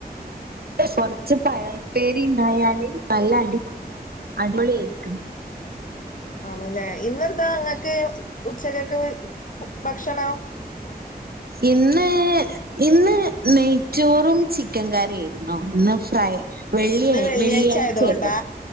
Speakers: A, on the right (about 65°); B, on the left (about 55°).
A: കൊറച്ച് പയറപ്പേരി ഉണ്ടായാല് നല്ല അടിപൊളി അടിപൊളിയയിരിക്കും
B: ആണല്ലേ ഇന്നെന്താ അങ്ങക്ക് ഉച്ചക്കൊക്കെ ഭക്ഷണ
A: ഇന്ന് ഇന്ന് നെയ്ചോറും ചിക്കൻ കറി ഇന്ന് ഫ്രൈ വെള്ളിയ
B: ഇന്ന് വെള്ളിയാഴ്ച
A: വെള്ളിയാഴ്ചയല്ലേ
B: ആയതുകൊണ്ടാ